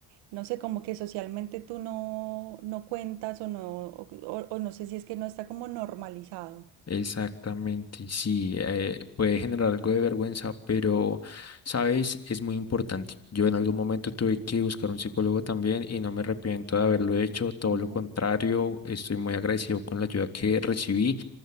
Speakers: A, on the right; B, on the left.
A: No sé, como que socialmente tú no, no cuentas o no, o, o no sé si es que no está como normalizado.
B: Exactamente, sí, eh, puede generar algo de vergüenza, pero, ¿sabes? Es muy importante. Yo en algún momento tuve que buscar un psicólogo también y no me arrepiento de haberlo hecho, todo
A: Ujú.
B: lo contrario, estoy muy agradecido con la ayuda que recibí.